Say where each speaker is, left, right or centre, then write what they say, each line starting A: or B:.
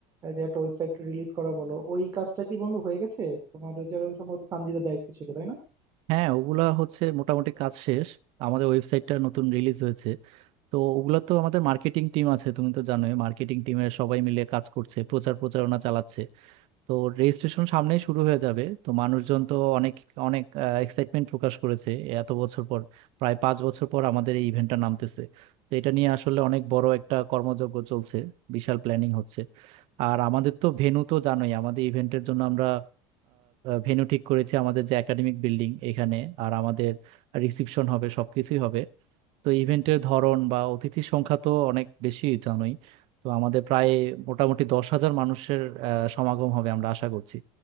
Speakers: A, on the right; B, on the right.
A: যে একটা ওয়েবসাইট রিলিজ করা বলো ওই কাজটা কি বন্ধু হয়ে গেছে তোমার ওই যে সম্ভবত সানজিদের দায়িত্ব ছিল তাই
B: হ্যাঁ ওগুলা হচ্ছে মোটামুটি কাজ শেষ আমাদের ওয়েবসাইটটা নতুন রিলিজ হয়েছে তো ওগুলা তো আমাদের মার্কেটিং টিম আছে তুমি তো জানোই মার্কেটিং টিমের সবাই মিলে কাজ করছে প্রচার প্রচারণা চালাচ্ছে তো রেজিস্ট্রেশন সামনেই শুরু হয়ে যাবে তো মানুষজন তো অনেক অনেক এক্সাইটমেন্ট প্রকাশ করেছে এত বছর পর প্রায় পাঁচ বছর পর আমাদের এই ইভেন্টটা নামতেছে তো এটা নিয়ে আসলে অনেক বড় একটা কর্মযজ্ঞ চলছে বিশাল প্ল্যানিং হচ্ছে আর আমাদের তো ভেন্যু তো জানোই আমাদের ইভেন্টের জন্য আমরা ভেন্যু ঠিক করেছি আমাদের যে একাডেমিক বিল্ডিং এখানে আর আমাদের রিসিপশন হবে সবকিছুই হবে তো ইভেন্টের ধরন বা অতিথির সংখ্যা তো অনেক বেশি জানোই তো আমাদের প্রায় মোটামুটি দশ হাজার মানুষের আহ, সমাগম হবে আমরা আশা করছি